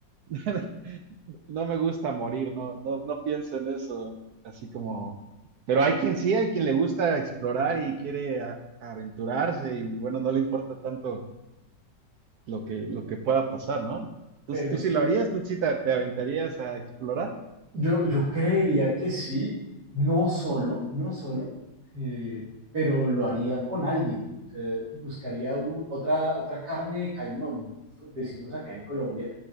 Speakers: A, on the right; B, on the right.
A: <laughs> no me gusta morir, no, no, no pienso en eso. Así como. Pero hay quien sí, hay quien le gusta explorar y quiere a- aventurarse y bueno, no le importa tanto lo que, lo que pueda pasar, ¿no? tú
B: Pero
A: ¿tú
B: es
A: sí
B: que
A: lo harías? ¿Tú sí te, te aventarías a explorar?
B: Yo, yo creería que sí, no solo, no solo, eh, pero lo haría con alguien. O sea, buscaría u- otra, otra carne de cañón, decimos acá en Colombia,